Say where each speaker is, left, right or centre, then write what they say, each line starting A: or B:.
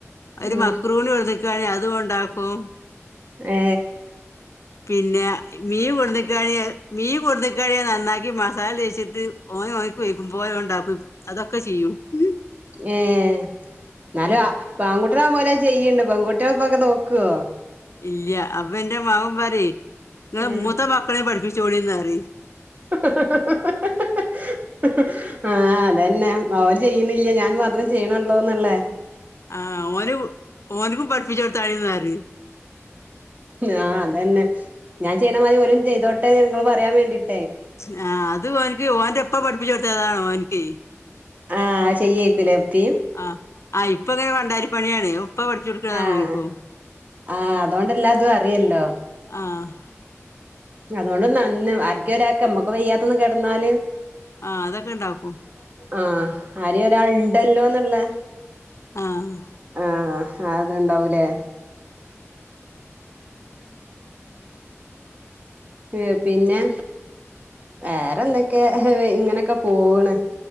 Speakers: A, on the left (about 65°); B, on the right (about 30°).
A: ഒരു
B: ഉം
A: മക്രൂണി കൊ മക്രുണി അതും ഉണ്ടാക്കും
B: ഏ
A: പിന്നെ മീൻ <unintelligible> മീ <unintelligible> കഴിയ നന്നാക്കി മസാല തേച്ചിട്ട് ഓ ഓന്ക്ക് <unintelligible> പോയൊണ്ടാക്കും അതൊക്കെ ചെയ്യും ഉം
B: ഏഹ് ന്നാലും ആ പ്പ ആൺകുട്ടികൾ ആവുമ്പം ഓലത് ചെയ്യ്ണ്ട് പെൺകുട്ട്യള് ഇപ്പ അത് നോക്കുവോ
A: ഇല്ല്യ അപ്പൊ എന്റെ മകൻ പാറയേ നിങ്ങടെ
B: ഉം
A: മൂത്ത മക്കളെ പഠിപ്പിച്ചോളിന്ന് പറയും
B: <unintelligible> ആഹ് അതന്നെ ഓര് ചെയ്യുന്നില്ല ഞാൻ മാത്രേ ചെയ്യണള്ളോന്നല്ലേ
A: ആഹ് ഓരു ഓനക്കും പഠിപ്പിച്ചടുത്താഴിന്ന് പറയും
B: ആഹ് അതന്നെ ഞാൻ ചെയ്യണമാതിരി ഓരും ചെയ്തോട്ടെ നിങ്ങള് പറയാൻ വേണ്ടിട്ട്
A: സ്നാ അത് ഒനിക്ക് ഓന്റെ ഇപ്പ പഠിപ്പിച്ച് കൊടുത്തതാണ് ഓൻക്കെ
B: ആഹ് ചെയ്യേക്കൂലേ ഇപ്പി
A: ആഹ് ആഹ് ഇപ്പ ദെ വണ്ടാരി പണിയാണ് ഉപ്പ പഠിച്ചു കൊടുക്കണത
B: ആഹ്
A: ഓര്ക്ക്
B: ആഹ് അതുകൊണ്ടല്ലാതും അറിയല്ലോ
A: ആഹ്
B: അതുകൊണ്ട് നന്ന് ആര്ക്കുഒരാക്ക നമ്മക്ക വയ്യാത്തൊന്ന് കെടന്നാല്
A: ആഹ് അതൊക്കെ ഇണ്ടാക്കും
B: ആഹ് <unintelligible> ഒരാൾ ഉണ്ടല്ലോന്നുള്ള
A: ആഹ്
B: ആഹ് അത് ഉണ്ടാവൂലേ ഏഹ് പിന്നെ വേറെന്തൊക്കെ ഇങ്ങനെയൊക്കെ പോണ്